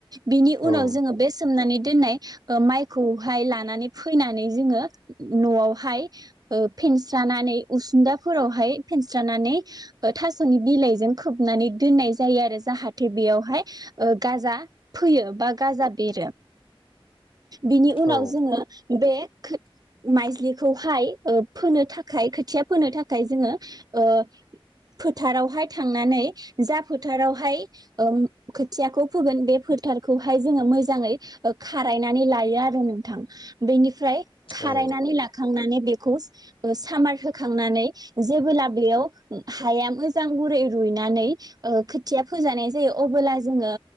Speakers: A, on the right (about 40°); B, on the left (about 65°).
A: बिनि
B: औ
A: उनाव जोङो बे सोमनानै दोननाय ओम माइखौहाय लानानै फैनानै जोङो न'आवहाय ओ फेनस्रानानै उसुंदाफोरावहाय फेनस्रानानै थास'नि बिलाइजों खोबनानै दोननाय जायो आरो जाहाथे बेयावहाय ओ गाजा फैयो बा गाजा बेरो। बिनि उनाव
B: औ
A: जोङो बे खोद-माइजलिखौ फाय ओ फोनो थाखाय खोथिया फोनो थाखाय जोङो ओ फोथारावहाय थांनानै जा फोथारावहाय ओम खोथियाखौ फोगोन बे फोथारखौहाय जोङो मोजाङै ओ खारायनानै लायो आरो नोंथां बेनिफ्राय खारायनानै
B: औ
A: लाखांन होखांनानै बेखौ ओ सामार होखांनानै जेबोब्ला बेयाव हाया मोजां गुरै रुइनानै ओ खोथिया फोजानाय जायो अबोला जोङो